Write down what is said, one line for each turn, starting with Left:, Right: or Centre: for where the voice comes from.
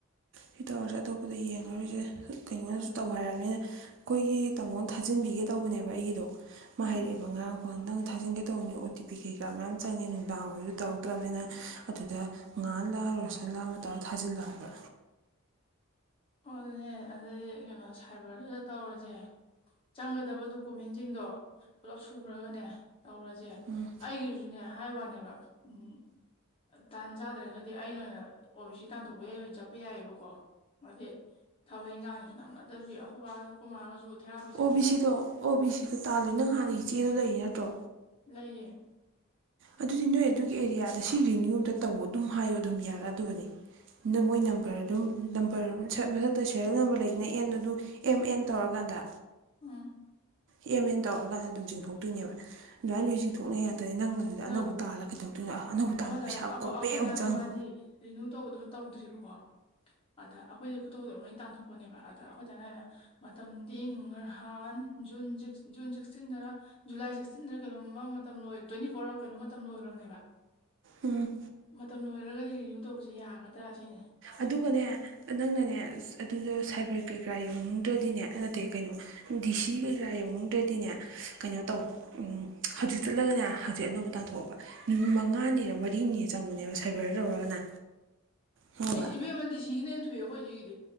Right: ꯁꯤ ꯇꯧꯔꯁꯦ ꯑꯇꯣꯞꯄꯗ ꯌꯦꯡꯉꯨꯔꯤꯁꯦ ꯀꯩꯅꯉꯣꯗꯁꯨ
Left: ꯍꯣꯏ
Right: ꯇꯧ ꯍꯥꯏꯔꯕꯅꯤꯅ ꯑꯩꯈꯣꯏꯒꯤ ꯇꯥꯃꯣ ꯊꯥꯖꯤꯟꯕꯤꯒꯦ ꯇꯧꯕꯅꯦꯕ ꯑꯩꯒꯤꯗꯣ ꯃꯥ
Left: ꯎꯝ
Right: ꯍꯥꯏꯩꯔꯛꯑꯦꯕ ꯉꯉꯥꯡ ꯐꯣꯟ ꯅꯪ ꯊꯥꯖꯤꯟꯒꯦ ꯇꯧꯕꯅꯦ ꯑꯣ ꯇꯤ ꯄꯤ ꯀꯩ ꯀꯥ ꯃꯌꯥꯝ ꯆꯪꯉꯦ ꯅꯨꯡꯗꯥꯡ ꯑꯣꯏꯔꯁꯨ ꯇꯧꯔꯛꯇ꯭ꯔꯕꯅꯤꯅ ꯑꯗꯨꯗ ꯉꯥꯜꯂꯥ ꯔꯣꯁꯟꯂꯥ ꯃꯇꯥꯎ ꯊꯥꯖꯤꯜꯂ ꯍꯥꯏꯕ
Left: ꯑꯣ ꯑꯗꯨꯅꯦ ꯑꯗꯨꯗꯤ ꯀꯩꯅꯣ ꯁꯥꯏꯕꯔꯗꯨꯗ ꯇꯧꯔꯁꯦ ꯆꯪꯒꯗꯕ ꯗꯣꯀꯨꯃꯦꯟꯁꯤꯡꯗꯣ ꯄꯨꯂꯞ ꯁꯨꯈ꯭ꯔꯒꯅꯦ ꯇꯧꯔꯁꯦ
Right: ꯎꯝ
Left: ꯑꯩꯒꯤꯁꯨꯅꯦ ꯍꯥꯏ ꯋꯥꯅꯦꯕ ꯎꯝ ꯇꯥꯟ ꯆꯥꯗ꯭ꯔꯦ ꯑꯗꯨꯗꯤ ꯑꯩꯅ ꯑꯣꯏꯅ ꯑꯣ ꯕꯤ ꯁꯤ ꯇꯥꯟꯊꯣꯛꯄꯩ ꯑꯩ ꯑꯣꯏꯅ ꯆꯠꯄ ꯌꯥꯏꯌꯦꯕꯀꯣ ꯍꯥꯏꯗꯤ ꯊꯕꯛ ꯏꯪꯈꯥꯡꯁꯨ ꯅꯪꯅꯗꯕꯤ ꯑꯩꯈꯣꯏꯕ ꯑꯩꯈꯣꯏꯃꯥꯒꯁꯨ ꯊꯦꯔꯥꯄꯤ ꯆꯠꯂꯦꯕ
Right: ꯑꯣ ꯕꯤ ꯁꯤꯗꯣ ꯑꯣ ꯕꯤ ꯁꯤꯗꯣ ꯇꯥꯗꯣꯏ ꯅꯪ ꯍꯥꯟꯅ ꯏꯤꯆꯦꯗꯣ ꯂꯩꯔꯤ ꯅꯠꯇ꯭ꯔꯣ
Left: ꯂꯩꯌꯦ
Right: ꯑꯗꯨꯗꯤ ꯅꯣꯏ ꯑꯗꯨꯒꯤ ꯑꯦꯔꯤꯌꯥꯗ ꯁꯤ ꯔꯤꯅ꯭ꯌꯨ ꯑꯝꯇ ꯇꯧ ꯑꯗꯨꯝ ꯍꯥꯏꯌꯣ ꯑꯗꯨꯝ ꯌꯥꯔ ꯑꯗꯨꯕꯅꯤ ꯅ ꯃꯣꯏ ꯅꯝꯕꯔ ꯑꯗꯨꯝ ꯅꯝꯕꯔ ꯃꯊꯛꯇ ꯁꯦꯔꯦꯜ ꯅꯝꯕꯔ ꯂꯩꯗꯅ ꯑꯦꯟ ꯑꯗꯨ ꯑꯦꯝ ꯑꯦꯟ ꯇꯧꯔꯀꯥꯟꯗ
Left: ꯎꯝ
Right: ꯍꯦꯝ ꯑꯦꯦꯟ ꯇꯧꯔꯀꯥꯟꯗ ꯑꯗꯨꯝ ꯆꯤꯡꯊꯣꯛꯇꯣꯏꯅꯦꯕ ꯑꯗꯨꯃꯥꯏꯅ ꯂꯣꯏ ꯆꯤꯡꯊꯣꯛꯅꯩ ꯍꯥꯏꯥꯛꯇꯥꯔꯗꯤ ꯅꯪ ꯑꯗ
Left: ꯑꯗꯣ
Right: ꯑꯅꯧꯕ ꯇꯥꯔꯒ ꯀꯩꯗꯧꯣꯏꯅ ꯑꯅꯧꯕ ꯇꯥꯥꯟꯕꯗ
Left: ꯑꯩꯈꯣꯏꯗ
Right: ꯄꯩꯁꯥ
Left: ꯑꯩꯈꯣꯏꯗ
Right: ꯀꯣꯞꯄ ꯑꯃꯨꯛ
Left: ꯑꯗꯣ
Right: ꯆꯪꯉꯦ
Left: ꯃꯥꯗꯤ ꯔꯤꯅ꯭ꯌꯨ ꯇꯧꯕꯗꯨꯅ ꯇꯧꯗ꯭ꯔꯤꯕꯀꯣ ꯑꯗ ꯑꯩꯈꯣꯏꯁꯨ ꯈꯨꯗꯣꯇꯣ ꯑꯗꯨꯝ ꯂꯣꯏ ꯇꯥꯟꯊꯣꯛꯄꯅꯦꯕ ꯑꯗ ꯑꯩꯈꯣꯏꯗꯅꯅꯥꯥꯏꯅ ꯃꯇꯝꯗꯤ ꯉꯔꯍꯥꯟ ꯖꯨꯟ ꯖꯨꯟ ꯁꯤꯛꯁꯇꯤꯟꯗ ꯖꯨꯂꯥꯏ ꯁꯤꯛꯁꯇꯤꯟꯗ ꯀꯩꯅꯣꯝ ꯃꯇꯝ ꯂꯣꯏ ꯇ꯭ꯋꯦꯟꯇꯤ ꯐꯣꯔ ꯑꯥꯎ ꯀꯩꯅꯣꯝ ꯃꯇꯝ ꯂꯣꯏꯈ꯭ꯔꯕꯅꯦꯕ
Right: ꯎꯝ
Left: ꯃꯇꯝ ꯂꯣꯏꯔꯒꯗꯤ ꯔꯤꯅ꯭ꯌꯨ ꯇꯧꯕꯁꯦ ꯌꯥꯒꯗ꯭ꯔꯥ ꯁꯤꯅꯦ
Right: ꯑꯗꯨꯒꯅꯦ ꯅꯪꯅꯅꯦ ꯑꯗꯨꯗ ꯁꯥꯏꯕꯔ ꯀꯩꯀꯔꯥ ꯌꯧꯅꯤꯡꯗ꯭ꯔꯗꯤꯅꯦ ꯅꯠꯇꯦ ꯀꯩꯅꯣ ꯗꯤ ꯁꯤ ꯀꯩꯀꯥ ꯌꯧꯅꯤꯡꯗ꯭ꯔꯗꯤꯅꯦ ꯀꯩꯅꯣ ꯇꯧ ꯎꯝ ꯍꯧꯖꯤꯛ ꯆꯠꯂꯒꯅꯦ ꯍꯧꯖꯤꯛ ꯑꯅꯧꯕ ꯇꯥꯟꯊꯣꯛꯑꯄ ꯅꯨꯃꯤꯠ ꯃꯉꯥꯅꯤꯔ ꯃꯔꯤꯅꯤꯔ ꯆꯪꯕꯅꯦꯕ ꯁꯥꯏꯕꯔ ꯇꯧꯔꯒꯅ ꯈꯪꯉꯕ
Left: ꯏꯕꯦꯝꯃꯗꯤ ꯁꯤꯒꯤꯅꯦ ꯍꯨꯏ ꯑꯩꯈꯣꯏ ꯁꯤꯒꯤꯗꯤ